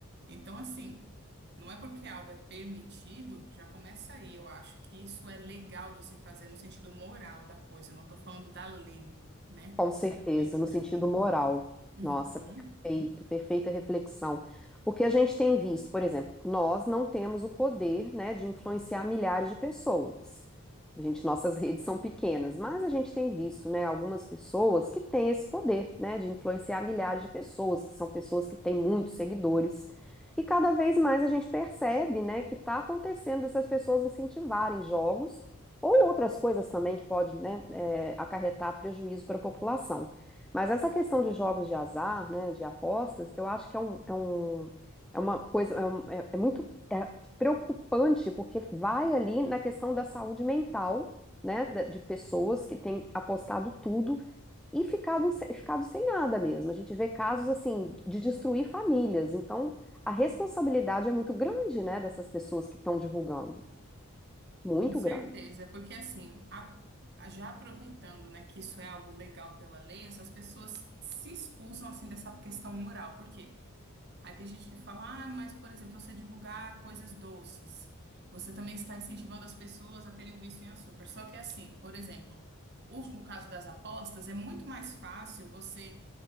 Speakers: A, on the right; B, in the centre.
A: Então, assim, não é porque algo é permitido, já começa aí. Eu acho que isso é legal de se fazer no sentido moral da coisa. Eu não estou falando da lei, né?
B: Com certeza,
A: Da letra.
B: no sentido moral.
A: Uhum,
B: Nossa, perfeito, perfeita reflexão. Porque a gente tem visto, por exemplo, nós não temos o poder, né, de influenciar milhares de pessoas. A gente, nossas redes são pequenas, mas a gente tem visto, né, algumas pessoas que têm esse poder, né, de influenciar milhares de pessoas, que são pessoas que têm muitos seguidores. E cada vez mais a gente percebe, né, que está acontecendo essas pessoas incentivarem jogos ou outras coisas também que pode, né, é, acarretar prejuízo para a população. Mas essa questão de jogos de azar, né, de apostas, eu acho que é um, é um, é uma coisa, é, um- é- é muito é preocupante, porque vai ali na questão da saúde mental, né, da- de pessoas que têm apostado tudo e ficado, se- ficado sem nada mesmo. A gente vê casos, assim, de destruir famílias. Então, a responsabilidade é muito grande, né, dessas pessoas que estão divulgando. Muito
A: com certeza.
B: grande.
A: É porque, assim, a- a- já aproveitando, né, que isso é algo legal pela lei, essas pessoas se excusam, assim, dessa questão moral. porque Aí tem gente que fala, ah, mas, por exemplo, você divulgar coisas doces, você também está incentivando as pessoas a terem um vício em açúcar. Só que é assim, por exemplo, os- no caso das apostas, é muito mais fácil você